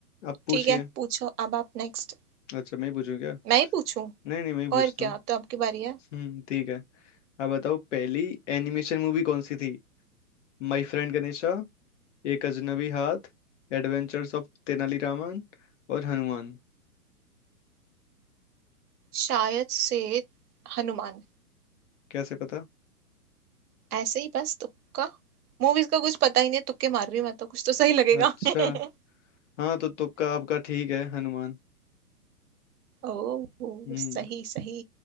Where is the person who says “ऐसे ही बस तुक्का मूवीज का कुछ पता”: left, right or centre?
Right